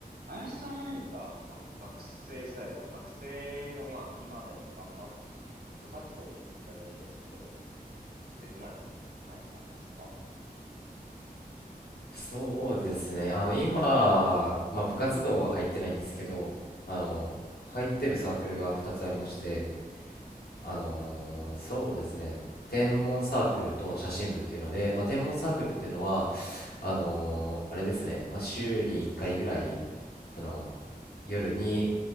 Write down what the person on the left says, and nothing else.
そうですね。あの、今、まあ、部活動は入ってないんですけど、あの、入ってるサークルが2つありまして、あのーそうですね。天文サークルと写真部っていうので、まあ、天文サークルっていうのは、あのーあれですね。まあ、週に1回ぐらい、その、夜に